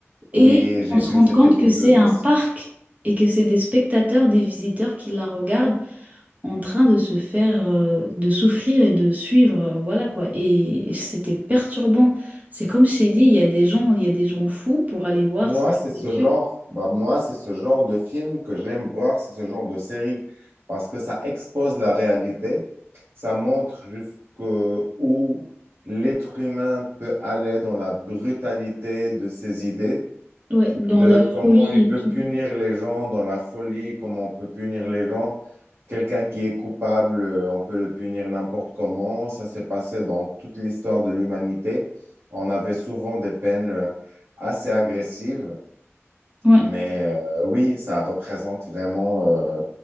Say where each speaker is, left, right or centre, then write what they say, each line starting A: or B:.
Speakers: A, on the right (about 75°); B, on the right (about 35°).
A: Oui,
B: Et
A: j'ai
B: on se
A: vu
B: rend
A: cet
B: compte
A: épisode
B: que c'est un
A: aussi.
B: parc et que c'est des spectateurs, des visiteurs qui la regardent en train de se faire, euh, de souffrir et de suivre, euh, voilà quoi. Et c'était perturbant. C'est comme je t'ai dit, il y a des gens, il y a des gens fous pour aller voir
A: Moi,
B: ce genre
A: c'est ce
B: de truc.
A: genre, bah, moi, c'est ce genre de film que j'aime voir, c'est ce genre de série parce que ça expose la réalité, ça montre jusqu'où l'être humain peut aller dans la brutalité de ses idées.
B: Ouais, dans
A: de
B: la
A: comment
B: folie
A: il
B: et
A: peut
B: tout.
A: punir les gens dans la folie, comment on peut punir les gens. Quelqu'un qui est coupable, euh, on peut le punir n'importe comment. Ça s'est passé dans toute l'histoire de l'humanité. On avait souvent des peines euh, assez agressives,
B: Ouais.
A: mais euh, oui, ça représente vraiment euh,